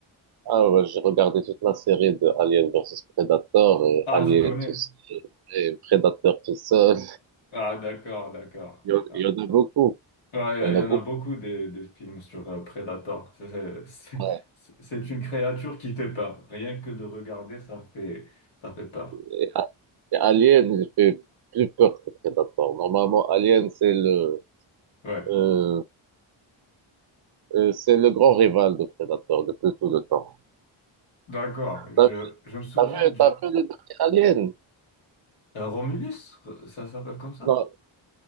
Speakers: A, on the right; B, on the left.
A: Ah ouais, j'ai regardé toute la série de Alien versus Predator et
B: Ah,
A: Alien
B: tu connais?
A: tout seul et Predator tout seul.
B: Ah, d'accord, d'accord.
A: Il y en,
B: Ah,
A: il y en a beaucoup,
B: Ouais,
A: il y en
B: il
A: a
B: y
A: beaucoup.
B: en a beaucoup des, des films sur euh, Predator. C'est c'est-
A: Ouais.
B: c'est- c'est une créature qui fait peur. Rien que de regarder, ça fait, ça fait peur.
A: Et, A- et Alien, il fait plus peur que Predator. Normalement, Alien, c'est le
B: Ouais,
A: euh, euh, c'est le grand rival de Predator depuis tout le temps.
B: d'accord. Je,
A: T'as
B: je me souviens
A: t'as vu,
B: du...
A: t'as vu le dernier Alien?
B: euh, Romulus, ça s'appelle comme ça?
A: Non,